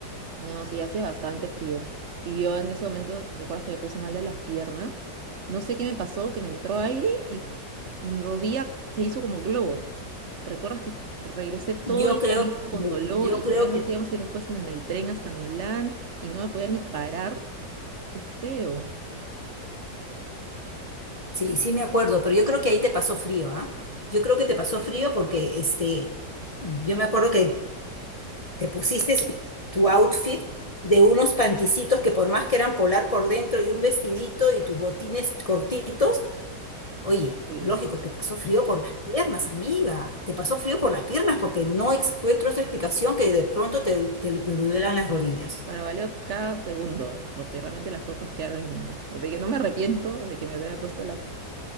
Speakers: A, on the right; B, on the left.
A: No, sí, hacía bastante frío. Y yo en ese momento, ¿te acuerdas que me puse mal de las piernas? No sé qué me pasó, que me entró aire y mi rodilla se hizo como globo. ¿Recuerdas que regresé todo
B: Yo
A: el
B: creo,
A: camino
B: que-
A: con dolor
B: yo
A: y
B: creo
A: también
B: que
A: nos íbamos a ir después en el tren hasta Milán y no me podía ni parar? ¡Qué feo!
B: Sí, sí me acuerdo, pero yo creo que ahí te pasó frío, ¿ah? Yo creo que te pasó frío porque, este, yo me acuerdo que te pusiste tu outfit de unos panticitos que por más que eran polar por dentro y un vestidito y tus botines cortitos, oye,
A: Sí.
B: lógico, te pasó frío por las piernas, amiga, te pasó frío por las piernas porque no encuentro otra explicación que de pronto te, te, te duelan las rodillas.
A: Bueno, valió cada segundo, porque realmente las fotos quedaron lindas. Así que no me arrepiento de que me haya puesto la,